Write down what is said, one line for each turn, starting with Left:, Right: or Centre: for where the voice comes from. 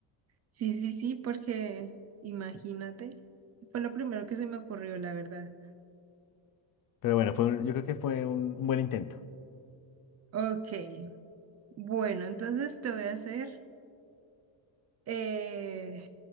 Right: Sí, sí, sí, porque imagínate, fue lo primero que se me ocurrió, la verdad.
Left: Pero bueno, fue un- yo creo que fue un un buen intento.
Right: Ok, bueno, entonces te voy a hacer eh,